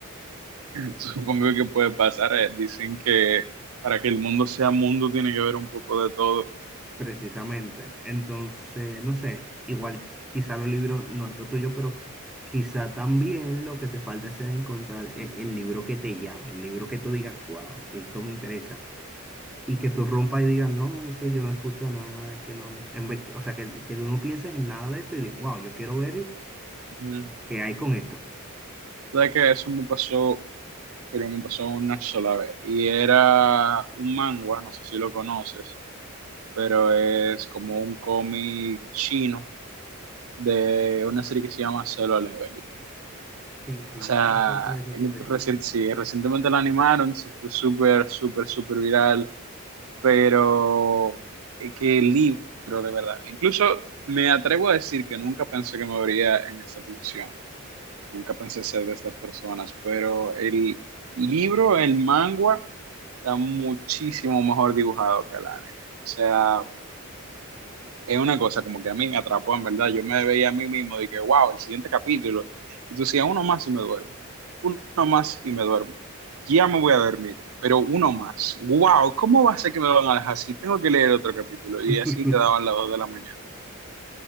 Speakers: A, on the right (about 75°); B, in the centre.
A: Supongo que puede pasar. eh, Dicen que para que el mundo sea mundo tiene que ver un poco de todo.
B: Precisamente. Entonces, no sé, igual quizá los libros no es lo tuyo, pero quizá también lo que te falta es encontrar e- el, libro que te llame, el libro que tú digas, wow, esto me interesa. Y que tú rompas y digas, no, es que yo no escucho nada, es que no, no". en vez que- o sea, que, que tú no pienses en nada de eso y digas, wow, yo quiero ver y-
A: Ujú.
B: qué hay con esto.
A: ¿Sabes que Eso me pasó pero me pasó una sola vez. Y era un manga, no sé si lo conoces. pero es como un cómic chino de una serie que se llama Solo Leveling.
B: Sí, sí,
A: O sea,
B: sí, sí, sí, esa
A: en-
B: serie.
A: recien- sí, recientemente la animaron, se fue súper, súper, súper viral, pero eh, qué libro, de verdad. Incluso me atrevo a decir que nunca pensé que me vería en esta posición, nunca pensé ser de estas personas, pero el libro, el manga, está muchísimo mejor dibujado que el anime. O sea, es una cosa como que a mí me atrapó, en verdad. Yo me veía a mí mismo de que, wow, el siguiente capítulo. Entonces decía, uno más y me duermo. Uno más y me duermo. Ya me voy a dormir, pero uno más. Wow, ¿cómo va a ser que me van a dejar así? Tengo que leer otro capítulo. Y
B: <laughs>
A: así te daban las dos de la mañana.